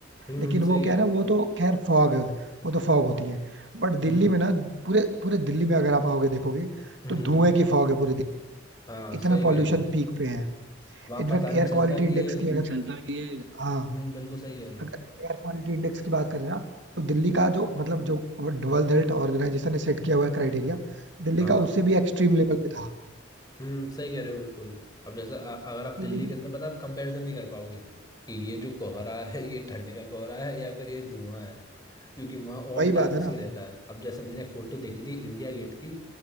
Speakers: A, on the left; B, on the right.
A: हम्म
B: लेकिन
A: हम्म
B: वो
A: सही कह
B: क्या
A: रहे
B: है ना
A: हो बिल्कुल
B: वो तो खैर फॉग है उधर, वो तो फॉग होती है बट
A: हम्म
B: दिल्ली
A: हम्म
B: में ना पूरे पूरे दिल्ली में अगर आप आओगे देखोगे
A: हम्म,
B: तो धुएं की फॉग है पूरी दिल्ली
A: हाँ
B: इतना
A: सही कह
B: पॉल्यूशन
A: रहे हो
B: पीक पे है
A: वहां
B: इनफैक्ट
A: पता नहीं
B: एयर
A: चलता
B: क्वालिटी इंडेक्स
A: कि ये
B: की अगर चलता कि ये हाँ
A: हम्म बिल्कुल सही कह रहे हो
B: अगर एयर क्वालिटी इंडेक्स की बात करें ना तो दिल्ली का जो मतलब जो वर्ल्ड हेल्थ ऑर्गेनाइजेशन ने सेट किया हुआ है क्राइटेरिया दिल्ली
A: हाँ हाँ
B: का उससे भी एक्सट्रीम लेवल पे था
A: हम्म सही कह रहे हो बिल्कुल अब जैसे अ- अगर आप
B: तो
A: दिल्ली
B: ये सब
A: के अंदर पता आप कंपैरिजन नहीं कर पाओगे कि ये जो कोहरा <laughs> है ये ठंड का कोहरा है या फिर ये धुआं है क्योंकि वहाँ ऑल
B: वही
A: टाइम
B: बात है
A: ऐसे
B: ना
A: ही
B: अच्छा।
A: रहता है अब जैसे मैंने फोटो देखी थी इंडिया गेट की